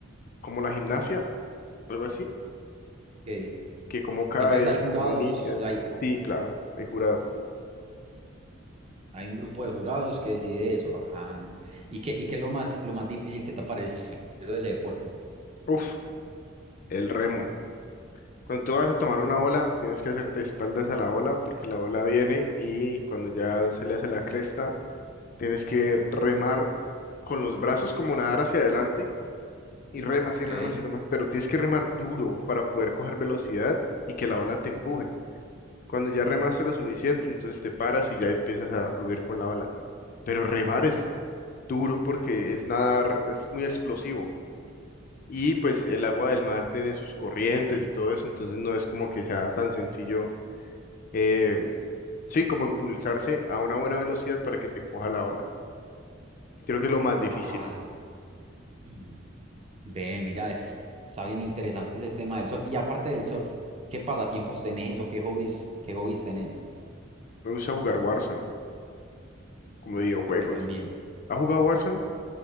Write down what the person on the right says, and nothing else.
ok.
Entonces hay jurados,
hay,
hay un grupo de jurados que decide eso. Ajá, ¿no? ¿Y qué, y qué es lo más, lo más difícil que te ha parecido de ese deporte?
Okay.
Ay, <clears throat> ve, mira, es, está bien interesante ese tema del surf. Y aparte del surf, ¿qué pasatiempos tenés o qué hobbies, qué hobbies tenés?
Uf,
a mí también.